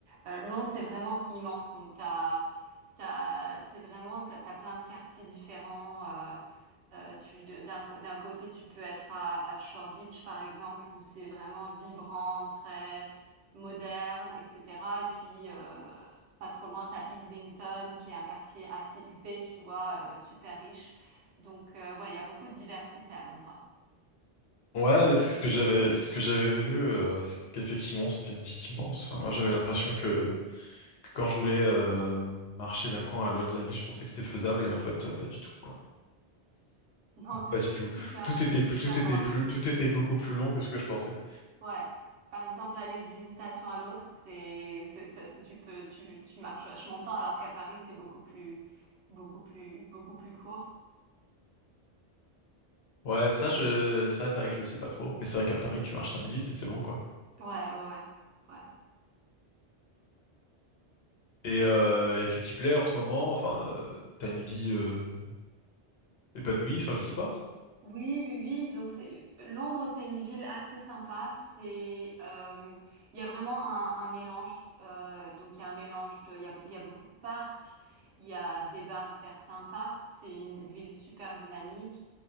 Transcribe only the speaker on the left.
Ouais, bah, c'est ce que j'avais, c'est ce que j'avais vu, euh, c'est qu'effectivement c'était une ville immense. Enfin, moi j'avais l'impression que, que quand je voulais euh, marcher d'un coin à l'autre de la ville, je pensais que c'était faisable et en fait euh, pas du tout quoi.
Pas du
tout.
Tout était
plus, tout était
plus, tout était beaucoup plus long que ce que je pensais.
Ouais, ça je, ça c'est vrai que je le sais pas trop. Mais c'est vrai qu'à Paris tu marches cinq minutes et c'est bon quoi.
Et, euh, et tu t'y plais en ce moment? Enfin, euh, t'as une vie euh, épanouie? Enfin, je sais pas.